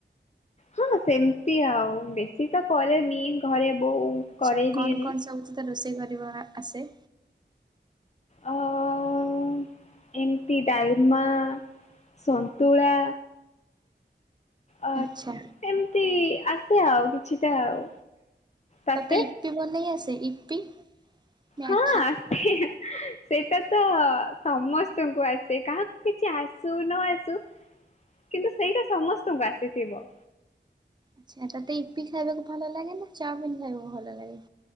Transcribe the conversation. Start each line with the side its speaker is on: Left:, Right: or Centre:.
Left: ହଁ ସେମତି ଆଉ ବେଶୀ ତ କରେନି ଘରେ। ବୋଉ
Right: ଆଚ୍ଛା
Left: କରେଇ
Right: କଣ
Left: ଦିଏନି।
Right: କଣ ସବୁ ତିକ ରୋଷେଇ କରିବା ଆସେ?
Left: ଅ ଅ ଅ ଏମିତି ଡାଲମା, ସନ୍ତୁଳା ଅ
Right: ଆଚ୍ଛା
Left: ଏମିତି ଆସେ ଆଉ କିଛିଟା ଆଉ। ତତେ
Right: ତୋତେ ଇପି ବନେଇ ଆସେ ଇପି ମ୍ୟାଗି?
Left: ହଁ ଆସେ। ସେଇଟା ତ ସମସ୍ତଙ୍କୁ ଆସେ କାହାକୁ କିଛି ଆସୁ ନ ଆସୁ। କିନ୍ତୁ ସେଇଟା ସମସ୍ତଙ୍କୁ ଆସିଥିବ।
Right: ଆଚ୍ଛା ତାେତେ ଇପି ଖାଇବାକୁ ଭଲ ଲାଗେ ନା ଚାଉମିନ୍ ଖାଇବାକୁ ଭଲ ଲାଗେ।